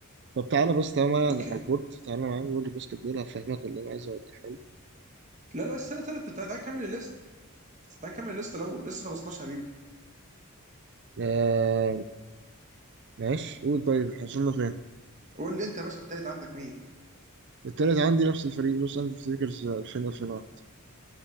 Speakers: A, on the right; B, on the right.
A: طب تعالى بص تعالى معايا
B: اوكي
A: على البورد تعالى معايا على بورد الباسكت بول هفهمك اللي انا عايز اوضحه لك
B: لا لا استنى استنى تعال تعال نكمل الليست تعال نكمل الليست الاول لسه خلصناش يا حبيبي
A: آه، ماشي قول طيب احنا وصلنا فين
B: قول لي انت يا باشا التالت عندك مين
A: التالت عندي نفس الفريق لوس انجلوس ليكرز 2000 2001